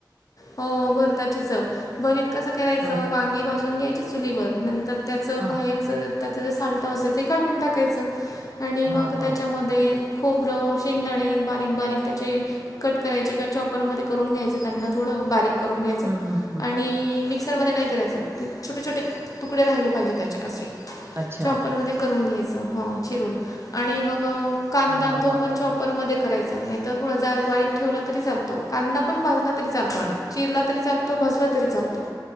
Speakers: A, on the left (about 50°); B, on the right (about 30°).
A: हो भरताची चव भरीत कसं करायचं
B: हं,
A: वांगी भाजून घ्यायची चुलीवर नंतर त्याच
B: हां.
A: बाहेरच त्याच जे सालटं असतं ते काढून टाकायचं आणि
B: हां,
A: मग
B: हां.
A: त्याच्यामध्ये खोबरं शेंगदाणे बारीक बारीक त्याचे कट करायचे क चॉपरमध्ये करून घ्यायचे त्यांना.. थोडं बारीक करून घ्यायचं
B: हं, हं, हं.
A: आणि मी... मिक्सरमध्ये नाही करायचं ते छोटे छोटे तुकडे राहिले पाहिजे त्याचे असे...
B: अच्छा.
A: चॉपरमध्ये करून घ्यायचं हो चिरून आणि मग... कांदा
B: हां,
A: तो
B: हां.
A: पण चॉपर म करायचा नाहीतर थोडा जार बारीक ठेवला तरी चालतो कांदा पण भाजला. चालत
B: हां.
A: चिरला तरी चालतो भाजला तरी चालतो